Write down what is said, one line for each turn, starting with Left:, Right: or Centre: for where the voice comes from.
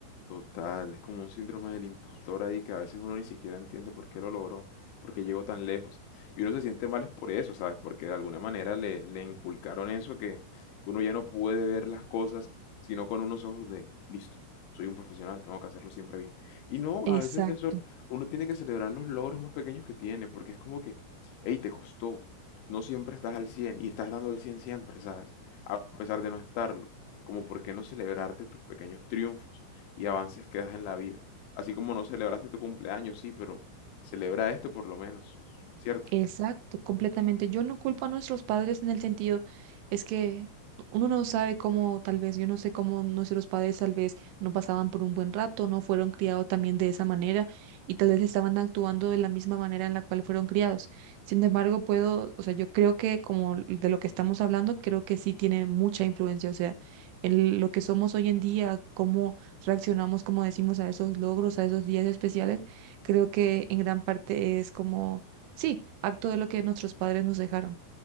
Left: Total, es como un síndrome del impostor ahí que a veces uno ni siquiera entiende por qué lo logró, por qué llegó tan lejos. Y uno se siente mal es por eso, ¿sabes? Porque de alguna manera le, le inculcaron eso que, que uno ya no puede ver las cosas sino con unos ojos de, listo, soy un profesional, tengo que hacerlo siempre bien. Y no,
Right: Exacto.
Left: a veces eso, uno tiene que celebrar los logros más pequeños que tiene, porque es como que, hey, te costó, no siempre estás al 100 y estás dando el 100 siempre, ¿sabes? A pesar de no estarlo, como por qué no celebrarte tus pequeños triunfos y avances que das en la vida. Así como no celebraste tu cumpleaños, sí, pero celebra esto por lo menos, ¿cierto?
Right: Exacto, completamente. Yo no culpo a nuestros padres en el sentido, es que uno no sabe cómo, tal vez, yo no sé cómo nuestros padres tal vez no pasaban por un buen rato, no fueron criados también de esa manera y tal vez estaban actuando de la misma manera en la cual fueron criados. Sin embargo, puedo, o sea, yo creo que como de lo que estamos hablando, creo que sí tiene mucha influencia, o sea, el, lo que somos hoy en día, cómo reaccionamos, como decimos, a esos logros, a esos días especiales, creo que en gran parte es como Sí, acto de lo que nuestros padres nos dejaron.